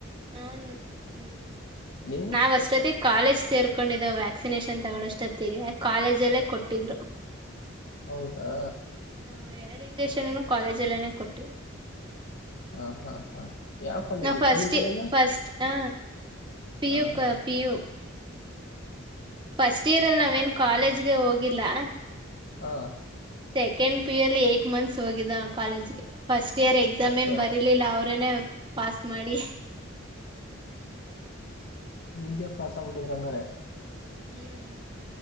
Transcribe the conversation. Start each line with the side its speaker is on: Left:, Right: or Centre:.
Right: ಹ್ಮ್ ಹ್ಮ್
Left: ನೀವು
Right: ನಾವ್ ಅಷ್ಟೊತ್ತಿಗ್ ಕಾಲೇಜ್ ಸೇರ್ ಕೊಂಡಿದ್ದೋ ವ್ಯಾಕ್ಸಿನೇಷನ್ ತಗೊಳೊ ಅಷ್ಟೊತ್ತಿಗೆ ಕಾಲೇಜಲ್ಲೇ ಕೊಟ್ಟಿದ್ರು.
Left: ಹೌದಾ?
Right: ಹ್ಮ್ ಎರಡ್ ಇಂಜೆಕ್ಷನುನು ಕಾಲೇಜಲ್ಲೇನೇ ಕೊಟ್ಟಿದ್ರು.
Left: ಹಾಂ ಹಾಂ ಹಾಂ ಯಾವ್ college
Right: ನಾವ್ first
Left: P. U college
Right: first ಹ ಪಿ
Left: ಹಾಂ
Right: ಯು
Left: ಹಾಂ
Right: ಪಿ ಯು ಫಸ್ಟ್ ಇಯರ್ ಅಲ್ ನಾವ್ ಏನ್ ಕಾಲೇಜ್ ಗೆ ಹೋಗ್ ಇರ್ಲಾ?
Left: ಹಾಂ
Right: ಸೆಕೆಂಡ್ ಪಿ. ಯು ಅಲ್ಲಿ ಏಟ್ ಮಂತ್ಸ್ ಹೋಗಿದ್ದೋ ನಾವ್ ಕಾಲೇಜ್ಗೆ ಫಸ್ಟ್ ಇಯರ್ ಎಕ್ಸಾಮ್
Left: ಅಷ್ಟೇ
Right: ಏನ್ ಬರಿಲಿಲ್ಲ ಅವ್ರೇನೇ ಪಾಸ್ ಮಾಡಿ
Left: ಈಜಿಯಾಗ್ ಪಾಸಾಗ್ಬಿಟಿದಿರ ಅಂಗಾರೆ?
Right: ಹ್ಮ್